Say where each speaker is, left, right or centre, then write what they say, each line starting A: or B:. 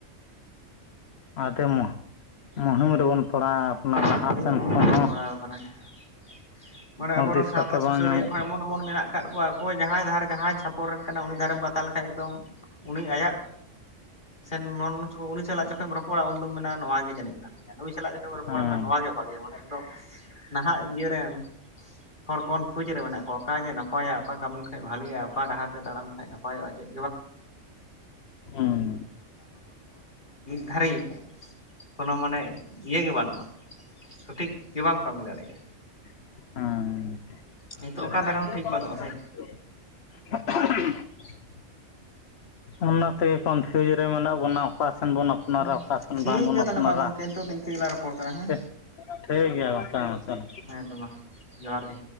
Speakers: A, on the left (about 55°); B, on the left (about 40°).
A: ᱟᱫᱚ ᱢᱟ ᱢᱩᱦᱤᱢ ᱨᱮᱵᱚᱱ ᱯᱟᱲᱟᱣ ᱚᱱᱟ ᱞᱟᱦᱟ
B: ᱟᱹᱰᱤ
A: ᱥᱮᱱ
B: ᱢᱩᱥᱠᱤᱞ
A: ᱠᱷᱚᱱ ᱦᱚᱸ
B: ᱯᱟᱲᱟᱣ ᱟᱠᱟᱱᱟ <unintelligible> ᱢᱟᱱᱮ
A: ᱦᱩᱫᱤᱥ
B: ᱟᱵᱚᱨᱤᱱ
A: ᱠᱟᱛᱮ
B: ᱥᱟᱶᱛᱟ
A: ᱵᱟᱝ
B: ᱥᱩᱥᱟᱹᱨᱤᱭᱟᱹ
A: ᱧᱟᱢᱚᱜ
B: ᱠᱷᱚᱱ ᱮᱢᱚᱱ ᱮᱢᱚᱱ ᱢᱮᱱᱟᱜ ᱟᱠᱟᱫ ᱠᱚᱣᱟ ᱚᱠᱚᱭ ᱡᱟᱦᱟᱸᱭ ᱫᱷᱟᱨ ᱡᱟᱦᱟᱸᱭ ᱪᱷᱟᱯᱚᱱ ᱨᱤᱱ ᱠᱟᱱᱟᱭ ᱩᱱᱤ ᱫᱷᱟᱨᱮᱢ ᱠᱟᱛᱷᱟ ᱞᱮᱠᱟ ᱮᱠᱫᱚᱢ᱾ ᱩᱱᱤ ᱟᱭᱟᱜ ᱥᱮᱱ ᱩᱱᱤ ᱥᱟᱞᱟᱜ ᱡᱚᱠᱷᱚᱡ ᱨᱚᱯᱚᱲᱟᱢ ᱩᱱ ᱫᱚᱢ ᱢᱮᱱᱟ ᱱᱚᱣᱟᱜᱮ ᱡᱟᱹᱱᱤᱡ᱾ ᱱᱩᱭ ᱥᱟᱞᱟᱜ ᱜᱮᱥᱮᱢ ᱨᱚᱯᱚᱲᱟ
A: ᱠᱟᱱᱟ᱾
B: ᱱᱚᱣᱟᱜᱮ ᱵᱷᱟᱹᱜᱞᱤᱭᱟ ᱢᱟᱱᱮ ᱤᱧ ᱫᱚ ᱱᱟᱦᱟᱜ ᱤᱭᱟᱹ ᱨᱮᱱ ᱦᱚᱲ ᱠᱚᱱᱯᱷᱤᱭᱩᱡᱽ ᱨᱮ ᱢᱮᱱᱟᱜ ᱠᱚᱣᱟ᱾ ᱚᱠᱟ ᱡᱮ ᱱᱟᱯᱟᱭᱟ ᱚᱠᱟ ᱠᱟᱹᱢᱤ ᱞᱮᱠᱷᱟᱡ ᱵᱷᱟᱹᱞᱤᱣᱟ ᱚᱠᱟ ᱰᱟᱦᱟᱨ ᱛᱮ ᱛᱟᱲᱟᱢ ᱞᱮᱠᱷᱟᱡ
A: ᱦᱮᱸ ᱦᱮᱸ
B: <unintelligible> ᱫᱷᱟᱹᱨᱤᱡ ᱠᱳᱱᱳ ᱢᱟᱱᱮ ᱤᱭᱟᱹᱜᱮ ᱵᱟᱹᱱᱩᱜᱼᱟ᱾ ᱥᱚᱴᱷᱤᱠ ᱜᱮ ᱵᱟᱢ ᱠᱟᱹᱢᱤ ᱫᱟᱲᱮᱭᱟᱜᱼᱟ᱾
A: ᱦᱸ-ᱚ
B: ᱱᱤᱛᱚᱜ ᱚᱠᱟ ᱫᱷᱟᱨᱮ ᱦᱚᱸ ᱴᱷᱤᱠ ᱵᱟᱹᱱᱩᱜᱼᱟ
A: <unintelligible>
B: ᱥᱮ
A: ᱚᱱᱟ ᱛᱮ ᱠᱚᱱᱯᱷᱤᱭᱩᱡᱽ ᱨᱮ ᱢᱮᱱᱟᱜ ᱵᱚᱱᱟ ᱚᱠᱟ ᱚᱠᱟ ᱥᱮᱱ ᱵᱚᱱ ᱟᱯᱱᱟᱨᱟ
B: ᱦᱮᱸ
A: ᱚᱠᱟ ᱥᱮᱱ
B: ᱴᱷᱤᱠ
A: ᱵᱟᱝᱵᱚᱱ
B: ᱜᱮᱭᱟ
A: ᱟᱯᱱᱟᱨᱟ᱾
B: ᱛᱟᱦᱚᱞᱮ ᱢᱟ ᱜᱚᱝᱠᱮ ᱱᱤᱛᱚᱜ ᱫᱚ ᱤᱱᱠᱟᱹ ᱜᱮᱞᱟᱝ ᱨᱚᱯᱚᱲ ᱠᱟᱱᱟ ᱦᱮᱸ
A: ᱴᱷᱤᱠ ᱜᱮᱭᱟ ᱜᱚᱝᱠᱮ ᱢᱩᱪᱟᱹᱫ
B: ᱦᱮᱸ ᱛᱚ ᱢᱟ ᱡᱚᱦᱟᱨ ᱜᱮ